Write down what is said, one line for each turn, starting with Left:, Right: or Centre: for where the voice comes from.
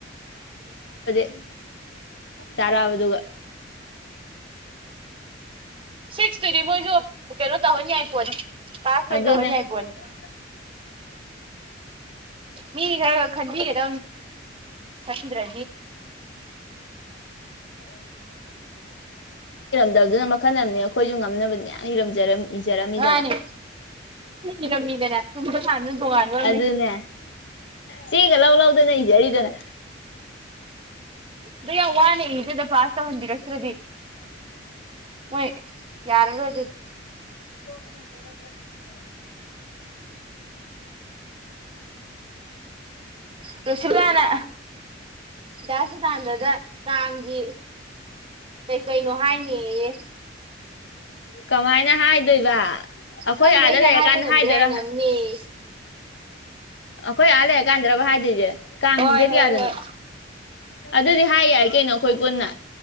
Left: ꯎ ꯆꯔꯥꯕꯗꯨꯒ
Right: ꯁꯤꯛꯁꯇꯨꯗꯤ ꯃꯣꯏꯁꯨ ꯀꯩꯅꯣ ꯇꯧꯍꯟ ꯌꯥꯏꯄꯣꯠꯅꯤ ꯄꯥꯁ
Left: ꯑꯗꯨꯗꯅꯦ
Right: ꯂꯣꯏ ꯇꯧꯍꯟ ꯌꯥꯏꯄꯣꯠꯅꯤ
Left: ꯑꯖ
Right: ꯃꯤ ꯍ ꯈꯟꯗꯤꯒꯦꯗ ꯍꯟꯗ꯭ꯔ
Left: ꯇꯧꯗꯨꯅ ꯃꯈꯜ ꯑꯃꯅꯤꯅꯦ ꯑꯩꯈꯣꯏꯁꯨ ꯉꯝꯅꯕꯅꯦꯅ ꯏꯔꯝꯖꯔꯝꯃꯤ ꯏꯖꯔꯝꯃꯤꯗꯅ
Right: ꯃꯥꯅꯤ ꯏꯔꯝꯃꯤꯗꯅ ꯆꯨꯝꯕ ꯂꯥꯟꯕ ꯇꯣꯉꯥꯟꯕ ꯑꯃꯅꯦ
Left: ꯑꯗꯨꯅꯦ ꯆꯦꯡꯒ ꯂꯧ ꯂꯧꯗꯅ ꯏꯖꯔꯤꯗꯅ
Right: ꯑꯗ ꯌꯥꯝ ꯋꯥꯅꯦꯁꯤꯦꯗ ꯄꯥꯁꯇ ꯍꯟꯗꯤꯔꯛꯇ꯭ꯔꯗꯤ ꯃꯣꯏ ꯌꯥꯔꯔ ꯑꯣꯏꯗꯗꯤ
Left: ꯣ ꯆꯂꯒ ꯅꯪꯦ
Right: ꯔꯣꯁꯤꯕꯂꯥꯅ ꯗꯥꯁꯤꯇꯥꯟꯗꯗ ꯀꯥꯡꯒꯤ ꯀꯩ ꯀꯩꯅꯣ ꯍꯥꯏꯅꯦꯌꯦ
Left: <inaudible> ꯀꯃꯥꯏꯅ ꯍꯥꯏꯗꯣꯏꯕ ꯑꯩꯈꯣꯏ
Right: ꯈꯪꯗꯦ
Left: ꯑꯥꯗ
Right: ꯑꯩꯅ
Left: ꯂꯩꯔꯀꯥꯟꯗ
Right: ꯍꯥꯏꯕ ꯉꯝꯗ꯭ꯔꯦ
Left: ꯍꯥꯏꯗꯣꯏꯔꯥ
Right: ꯉꯝꯅꯦꯌꯦ
Left: ꯑ ꯑꯩꯈꯣꯏ ꯑꯂꯦ ꯀꯥꯟꯗ꯭ꯔꯥꯕ ꯍꯥꯏꯗꯤ ꯦ ꯀꯗꯦꯗꯤ
Right: ꯍꯣꯏ ꯍꯣꯏ
Left: ꯌꯥꯗꯅꯣ
Right: ꯍꯣꯏ
Left: ꯑꯗꯨꯗꯤ ꯍꯥꯏ ꯌꯥꯏ ꯀꯩꯅꯣ ꯑꯩꯈꯣꯏ ꯄꯨꯟꯅ